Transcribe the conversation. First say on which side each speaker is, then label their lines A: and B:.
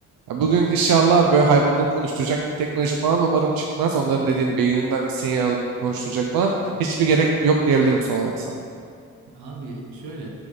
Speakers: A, on the right (about 60°); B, on the right (about 80°).
A: Ya
B: Hı
A: bugün
B: hı.
A: inşallah böyle hayvanları konuşturacak bir teknoloji falan da umarım çıkmaz. Onların dediğini beyninden bir sinyal alıp konuşturacak falan. Hiçbir gerek yok diyebilirim son olarak sana.
B: Abi şöyle